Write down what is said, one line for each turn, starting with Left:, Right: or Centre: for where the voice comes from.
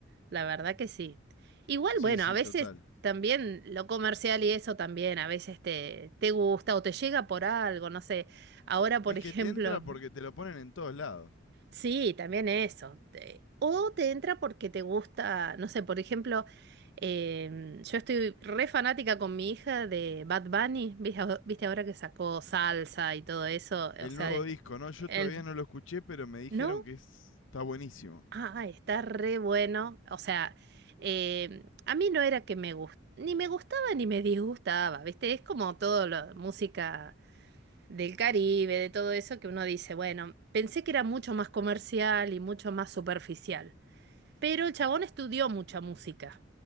Right: La verdad que sí. Igual,
Left: Sí,
Right: bueno,
Left: sí,
Right: a veces
Left: total.
Right: también lo comercial y eso también, a veces te, te gusta o te llega por algo, no sé. Ahora, por
Left: Es
Right: <laughs> ejemplo,
Left: que te entra porque te lo ponen en todos lados.
Right: sí, también eso. Te- O te entra porque te gusta, no sé, por ejemplo, em, yo estoy re fanática con mi hija de Bad Bunny, ¿viste, aho- viste ahora que sacó salsa y todo eso?
Left: El
Right: O sea,
Left: nuevo
Right: de-
Left: disco, ¿no? Yo
Right: él,
Left: todavía no lo escuché, pero me dijeron
Right: ¿no?
Left: que es- está buenísimo.
Right: Ah, está re bueno. O sea, eh, a mí no era que me gustaba, ni me gustaba ni me disgustaba, ¿viste? Es como todo la música del Caribe, de todo eso que uno dice, bueno, pensé que era mucho más comercial y mucho más superficial. Pero el chabón estudió mucha música.